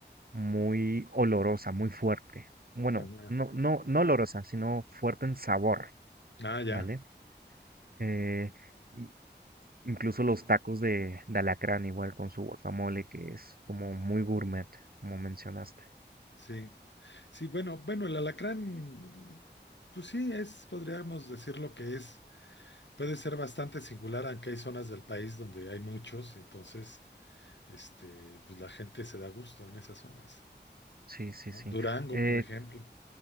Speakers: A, on the right; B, on the left.
A: muy olorosa, muy fuerte. Bueno,
B: Ah,
A: no, no, no olorosa, sino fuerte en sabor,
B: ah, ya,
A: ¿vale? Eh, i- incluso los tacos de, de alacrán, igual con su guacamole, que es como muy gourmet, como mencionaste.
B: sí. Sí, bueno, bueno, el alacrán, pues sí, es, podríamos decir lo que es. Puede ser bastante singular, aunque hay zonas del país donde hay muchos, entonces, este, pues la gente se da gusto en esas zonas,
A: Sí, sí,
B: ¿no?
A: sí.
B: Durango,
A: Eh,
B: por ejemplo.